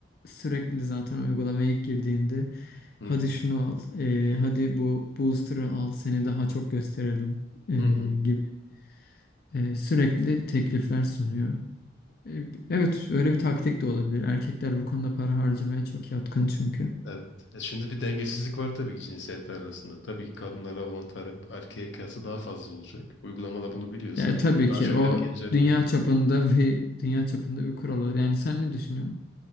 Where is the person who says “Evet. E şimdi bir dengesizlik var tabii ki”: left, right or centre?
Left